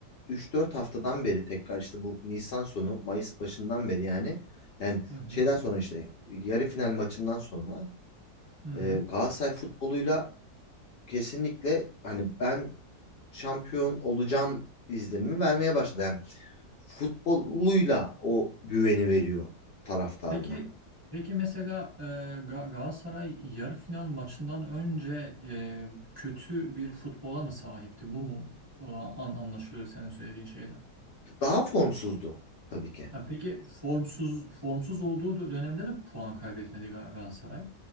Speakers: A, on the left; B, on the right.
A: üç dört haftadan beri tekrar işte bu Nisan sonu Mayıs başından beri yani yani
B: Hı hı.
A: şeyden sonra işte yarı final maçından sonra
B: Hı hı.
A: e, Galatasaray futboluyla kesinlikle hani ben şampiyon olacağım izlenimi vermeye başladı. Yani futboluyla o güveni veriyor taraftarına.
B: Peki peki mesela e, Ga- Galatasaray yarı final maçından önce e, kötü bir futbola mı sahipti? Bu mu e, an, anlaşılıyor senin söylediğin şeyden?
A: Daha formsuzdu tabii ki.
B: Ya peki formsuz formsuz olduğu dö- dönemde de puan kaybetmedi Ga- Galatasaray.